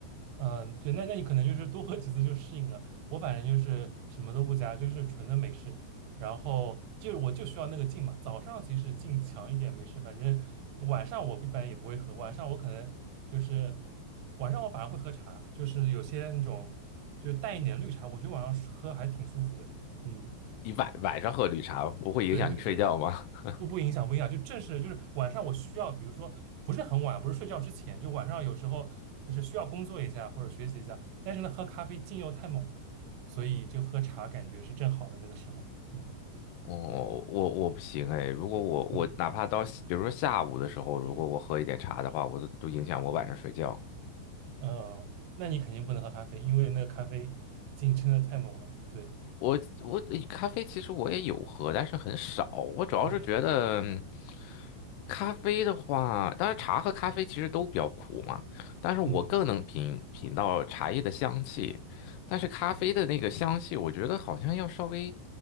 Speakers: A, on the right (about 85°); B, on the left (about 80°).
A: 嗯，对，那那你可能就是多喝几次就适应了。我反正就是什么都不加，就是纯的美式。然后就我就需要那个劲嘛。早上其实劲强一点没事，反正晚上我一般也不会喝。晚上我可能就是晚上我反而会喝茶，就是有些那种就是淡一点绿茶，我觉得晚上喝还挺舒服的。嗯，
B: 你晚晚上喝绿茶不会影响你睡觉吗？
A: 对对对，
B: <laughs>
A: 不不影响，不影响，就正是就是晚上我需要，比如说不是很晚，不是睡觉之前，就晚上有时候就是需要工作一下或者学习一下，但是呢，喝咖啡劲又太猛了，所以就喝茶感觉是正好的那个时候。嗯
B: 我我我不行哎，如果我我哪怕到比如说下午的时候，
A: 嗯，
B: 如果我喝一点茶的话，
A: 嗯
B: 我都都影响我晚上睡觉。
A: 嗯，呃那你肯定不能喝咖啡，因为那个咖啡劲真的太猛了。对，
B: 我我诶咖啡其实我也有喝，但是很少。我主要是觉得嗯
A: 嗯
B: 咖啡的话，当然茶和咖啡其实都比较苦嘛，但是我更能品品到茶叶的香气，
A: 嗯
B: 但是咖啡的那个香气，我觉得好像要稍微，